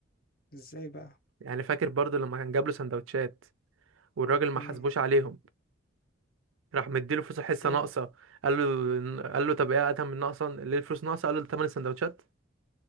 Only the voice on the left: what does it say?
ازاي بقى
امم
ايوه